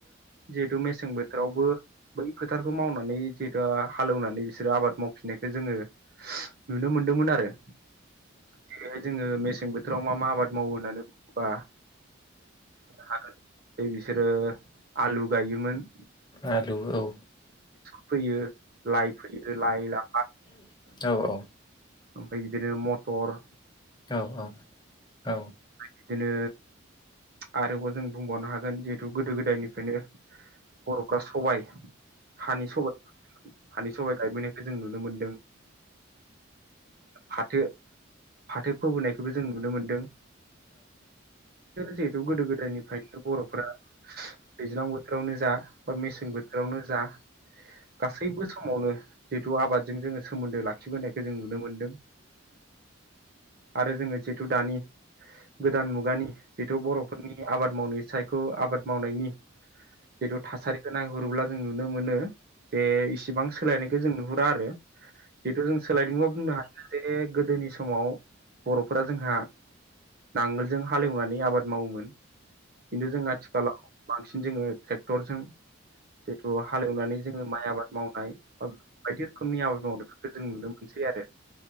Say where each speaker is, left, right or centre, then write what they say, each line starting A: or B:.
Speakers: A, on the right; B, on the left.
A: जिहेथु मेसें बोथोरावबो बै फोथारखौ मावनानै जिहेथु हालौवनानै बिसोरो आबाद मावफिननायखौ जोंङो नुनो मोनदोंमोन आरो जेरैहाय जोंङो मेसें बोथोराव मा मा आबाद मावो होननानै बुङोबा हागोन जे बिसोरो आलु गायोमोन
B: आलु औ
A: फैयो लाइ फैयो लाइ ला
B: औ औ।
A: ओमफाय बिदिनो मथर
B: औ औ। औ।
A: बिदिनो आरोबाव जों बुंबावनो हागोन जिहेथु गोदो गोदायनिफ्रायनो बर'फ्रा सबाय हानि सबाय हानि सबाय गायबोनायखौ जों नुनो मोनदों फाथो फाथो फोबोनायखौबो जों नुनो मोन्दों। जिहेथु गोदो गोदायनिफ्रायनो बर'फ्रा दैज्लां बोथोरावनो जा बा मेसें बोथोरावनो जा गासैबो समावनो जिहेतु आबादजों जोंङो सोमोन्दो लाखिबोनायखौ जों नुनो मोनदों। आरो जोंङो जिथु दानि गोदान मुगानि जिथु बर'फोरनि आबाद मावनाय सायख' आबाद मावनायनि जिहेथु थासारिखौ नायहरोब्ला जों नुनो मोनो जे इसिबां सोलायनायखौ जों नुहुरा आरो जिहेतु जों सोलायदोंबो बुंनो हायो जे गोदोनि समाव बर'फोरा जोंहा नांगोलजों हालेवनानै आबाद मावोमोन। खिन्थु जों आथिखालाव बांसिन जोङो ट्रेक्टरजों जिहेतु हालेवनानै जोङो माइ आबाद मावनाय बा बायदि रोखोमनि आबाद मावनायफोरखौ जों नुनो मोनसै आरो